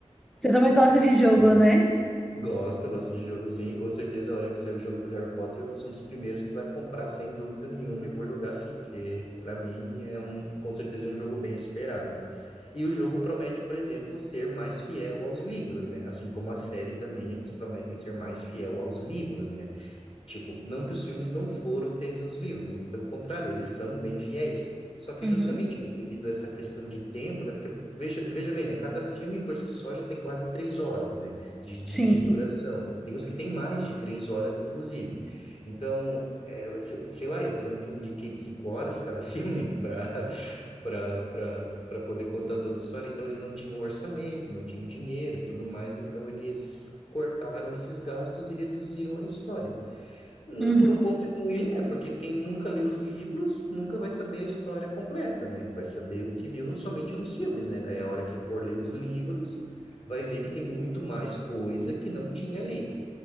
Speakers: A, in the centre; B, on the left (about 55°).
A: Você também gosta de
B: <laughs>
A: jogo, né?
B: Gosto, gosto de jogo sim. Com certeza, a hora que sair o jogo do Harry Potter, eu vou ser um dos primeiros que vai comprar, sem dúvida nenhuma, e vou jogar sim, porque para mim é um, com certeza é um jogo bem esperado. E o jogo promete, por exemplo, ser mais fiel aos livros, né? Assim como a série também, eles prometem ser mais fiel aos livros, né? Tipo, não que os filmes não foram fiéis aos livros, muito pelo contrário, eles são bem fiéis. Só que
A: Uhum.
B: justamente, né, devido a essa questão de tempo, né, porque veja, veja bem, né, cada filme por si só já tem quase três horas, né, de, de,
A: Sim.
B: de duração. Tem uns que tem mais de três horas, inclusive. Então, é, você- sei lá, ia fazer um filme de quê? De cinco horas cada <laughs> filme para para para poder contar toda a história. Então, eles não tinham orçamento, não tinham dinheiro e tudo mais, então eles cortaram esses gastos e reduziram a história. No-
A: Uhum.
B: Por um ponto é ruim, né? Porque quem nunca lê os livros nunca vai saber a história completa, né? Vai saber o que viu somente nos filmes, né? Aí a hora que for ler os livros, vai ver que tem muito mais coisa que não tinha ali.